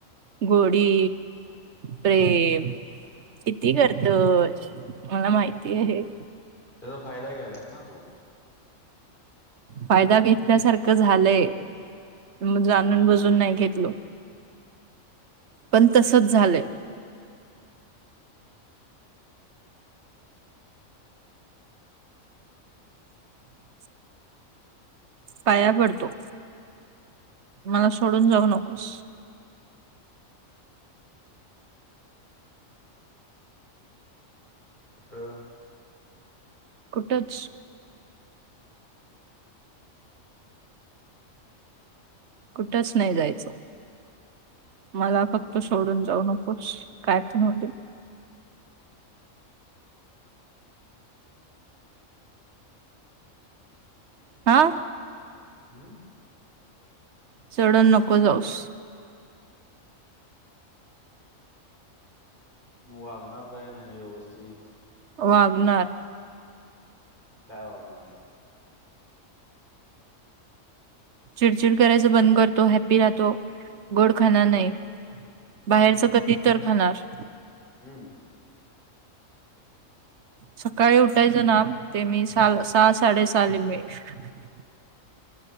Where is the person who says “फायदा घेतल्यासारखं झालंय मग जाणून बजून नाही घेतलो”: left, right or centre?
Right